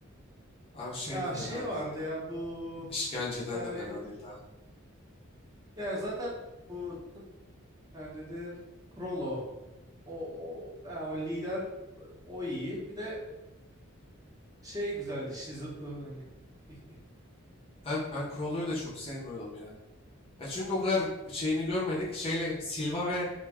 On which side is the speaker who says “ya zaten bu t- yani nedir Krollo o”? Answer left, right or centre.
Right